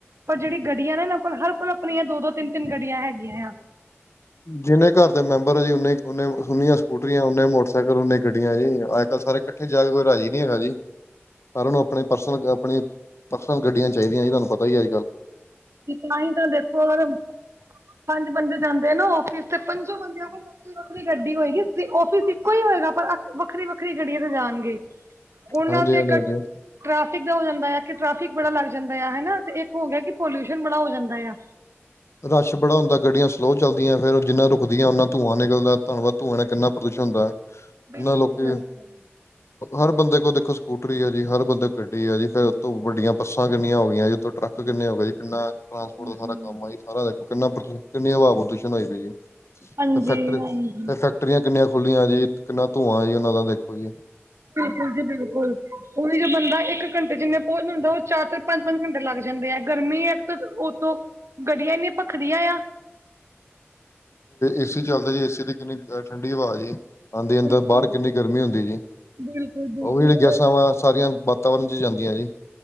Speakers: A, on the right (about 75°); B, on the left (about 75°).
A: ਪਰ ਜਿਹੜੀ ਗੱਡੀਆਂ ਨੇ ਇਹਨਾਂ ਕੋਲ ਹਰ ਕੋਲ ਆਪਣੀਆਂ ਦੋ ਦੋ ਤਿੰਨ ਤਿੰਨ ਗੱਡੀਆਂ ਹੈਗੀਆਂ ਆ।
B: ਜਿੰਨੇ ਘਰ ਦੇ ਮੈਂਬਰ ਆ ਜੀ ਓਨੇ ਨੇ ਉਨੀਆਂ ਸਕੂਟਰੀਆਂ ਨੇ ਮੋਟਰਸਾਈਕਲ ਨੇ ਗੱਡੀਆਂ ਜੀ ਅੱਜ ਕੱਲ੍ਹ ਸਾਰੇ ਇਕੱਠੇ ਜਾ ਕੇ ਕੋਈ ਰਾਜੀ ਨੀ ਹੈਗਾ ਜੀ। ਸਾਰਿਆਂ ਨੂੰ ਆਪਣੇ ਪਰਸਨਲ ਆਪਣੀ ਪਰਸਨਲ ਗੱਡੀਆਂ ਚਾਹੀਦੀਆਂ ਸੀ ਤੁਹਾਨੂੰ ਪਤਾ ਹੀ ਹੈ।
A: ਤਾਂ ਹੀ ਤਾਂ ਦੇਖੋ ਅਗਰ ਪੰਜ ਬੰਦੇ ਜਾਂਦੇ ਨਾ ਫਿਸ ਤੇ ਪੰਜੋ ਬੰਦਿਆਂ ਕੋਲ ਨੌਕਰੀ ਨੌਕਰੀ ਗੱਡੀ ਹੋਏਗੀ ਫਿਸ ਇੱਕੋ ਹੀ ਹੋਏਗਾ ਪਰ ਵੱਖਰੀ ਵੱਖਰੀ ਗੱਡੀਆਂ ਤੇ ਜਾਣਗੇ ਉਹਨਾਂ
B: ਹਾਂਜੀ
A: ਤੇ
B: ਹਾਂਜੀ
A: ਇੱਕ
B: ਹਾਂਜੀ
A: ਟ ਦਾ ਹੋ ਜਾਂਦਾ ਆ ਕਿ ਟ੍ਰੈਫਿਕ ਬੜਾ ਲੱਗ ਜਾਂਦਾ ਆ ਹਨਾ ਤੇ ਇੱਕ ਹੋ ਗਿਆ ਕਿ ਪੋਲਿਊਸ਼ਨ ਬੜਾ ਹੋ ਜਾਂਦਾ ਆ।
B: ਰਸ਼ ਬੜਾ ਹੁੰਦਾ ਗੱਡੀਆਂ ਸਲੋਅ ਚੱਲਦੀਆਂ ਫੇਿਰ ਜਿੰਨਾ ਰੁਕਦੀਆਂ ਨਾ ਧੂੰਆਂ ਨਿਕਲਦਾ ਧੰਨਵਾਦ। ਧੂੰਆਂਣਾ ਕਿੰਨਾ ਪ੍ਰਦੂਸ਼ਣ ਹੁੰਦਾ
A: ਬਿਲਕੁਲ
B: ਉਹਨਾਂ ਲੋਕੀ
A: ਬਿਲਕੁਲ
B: ਹਰ ਬੰਦੇ ਕੋਲ ਦੇਖੋ ਸਕੂਟਰੀ ਆ ਜੀ ਹਰ ਬੰਦੇ ਗੱਡੀ ਆ ਜੀ ਫਿਰ ਉੱਥੋਂ ਵੱਡੀਆਂ ਬੱਸਾਂ ਕਿੰਨੀਆਂ ਹੋ ਗਆਂ ਜੀ ਉੱਥੋਂ ਟਰੱਕ ਕਿੰਨੇ ਹੋ ਗਏ ਜੀ। ਕਿੰਨਾ ਟਰਾਂਸਪੋਰਟ
A: ਹਾਂਜੀ
B: ਦਾ ਸਾਰਾ ਕੰਮ ਆ ਸਾਰਾ ਕਿੰ ਕਿੰਨੀ ਹਵਾ ਪ੍ਰਦੂਸ਼ਣ ਆਈ ਪਈ ਜ। ਫ
A: ਹਾਂਜੀ
B: ਫੈਕਟਰੀ
A: ਹਾਂਜੀ
B: ਫ ਫੈਕਟਰੀਆਂ ਕਿੰਨੀਆਂ ਖੁੱਲਲੀਆਂ ਜੀ ਕਿੰਨਾ ਧੂੰਆਂ ਜੀ ਉਹਨਾਂ ਦਾ ਦੇਖੋ ਜੀ।
A: ਬਿਲਕੁਲ ਜੀ ਬਿਲਕੁਲ ਉਹੀ ਜੋ ਬੰਦਾ ਇੱਕ ਘੰਟੇ ਜਿੰਨੇ ਪਹੁੰਚ ਹੁੰਦਾ ਉਹ ਚਾਰ ਚਾਰ ਪੰਜ ਪੰਜ ਘੰਟੇ ਲੱਗ ਜਾਂ। ਜਾਂਦੇ ਆ ਗਰਮੀ ਹੈ ਉਤੋਂ ਗੜੀਆਂ ਇੰਨੀਆਂ ਭਖਦੀਆਂ ਆ।
B: ਏਸੀ ਚੱਲਦਾ ਜੀ ਏਸੀ ਦੀ ਕਿੰਨੀ ਠੰਡੀ ਹਵਾ ਜੀ। ਹਾਂਦੀ ਅੰਦਰ
A: ਬਿਲਕੁਲ
B: ਬਾਹਰ ਕਿੰਨੀ ਗਰਮੀ ਹੁੰਦੀ ਜੀ।
A: ਬਿਲਕੁਲ
B: ਉਹ
A: ਬਿਲਕੁਲ
B: ਵੀ ਜਿਹੜੀਆਂ ਗੈਸਾਂ ਵਾ ਸਾਰੀਆਂ ਵਾਤਾਵਰਨ ਚ ਜਾਂਦੀਆਂ ਜੀ।